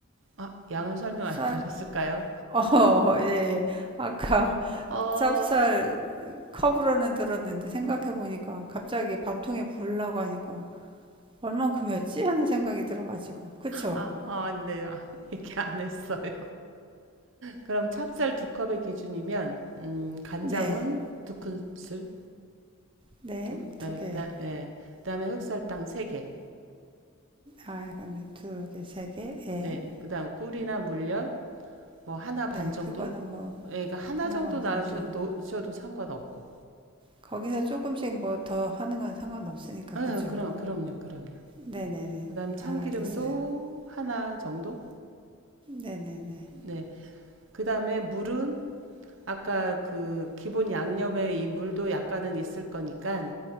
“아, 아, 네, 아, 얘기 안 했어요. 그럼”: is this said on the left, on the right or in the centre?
Right